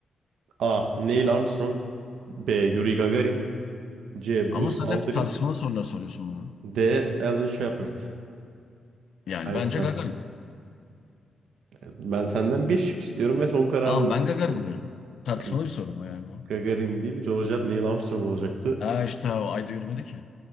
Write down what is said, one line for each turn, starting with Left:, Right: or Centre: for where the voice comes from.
Right: A. Neil Armstrong B. Yuri Gagarin C.
Left: Ama
Right: Buzz
Left: sen
Right: Aldrin
Left: hep tartışmalı sorular soruyorsun bana.
Right: D. Alan Shepard
Left: Yani
Right: Hayır,
Left: bence
Right: zar-
Left: Gagarin.
Right: ben senden bir şık istiyorum ve son kararını
Left: Ama
Right: almak
Left: ben Gagarin
Right: istiyorum.
Left: diyorum. Tartışmalı
Right: Ben
Left: bir soru ama yani bu.
Right: Gagarin değil, George Neil Armstrong olacaktı.
Left: E işte o ayda yürümedi ki.